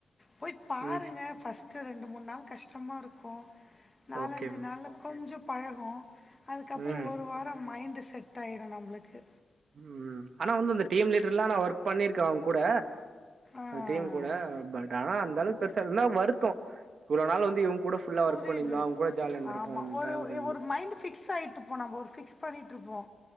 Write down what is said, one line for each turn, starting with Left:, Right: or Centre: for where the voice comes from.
Left: போயி பாருங்க
Right: ம்
Left: ஃபர்ஸ்ட்டு ரெண்டு மூணு நாள் கஷ்டமாகருக்கு நாலஞ்சு
Right: ஓகே
Left: நாள்ல கொஞ்சோ பழகு அதுக்கப்புறோ
Right: ம்
Left: ஒரு வாரோ மையிண்டு செட்டாயிடு நம்மளுக்கு
Right: ம் ம் ஆனா வந்து இந்த டீம் லீடர்லா நா ஒர்க் பண்ணியிருக்கே அவங்க கூட
Left: ஆ
Right: அது டீம் கூட பட் ஆனா அந்த அளவுக்கு பெருசாவுல்ல ஆனா வருத்தோ இ்வ்ளோ நாள் வந்து இவுங்க கூட ஃபுல்லா
Left: புரியுது
Right: ஒர்க் பண்ணியிருந்தோ அவங்க கூட ஜாலியா இருந்திருப்போன்ற
Left: ஆமா ஒரு
Right: இது
Left: ஒரு மைண்ட் ஃபிக்ஸ் ஆயிட்டு இப்ப நம்போ ஒரு ஃபிக்ஸ் பண்ணிகிட்டுருப்போ